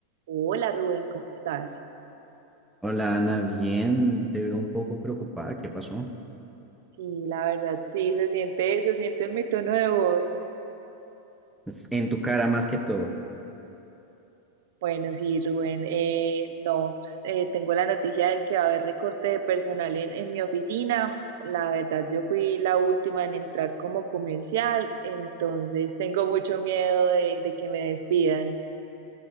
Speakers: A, on the right; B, in the centre.
A: Hola Rubén, ¿cómo estás?
B: Hola Ana, bien, te veo un poco preocupada, ¿qué pasó?
A: Sí, la verdad, sí, se siente, se siente en mi tono de voz.
B: Es En tu cara más que todo.
A: Bueno, sí, Rubén, eh, no, pues, eh, tengo la noticia de que va a haber recorte de personal en, en mi oficina. La verdad, yo fui la última en entrar como comercial, entonces tengo mucho miedo de, de que me despidan.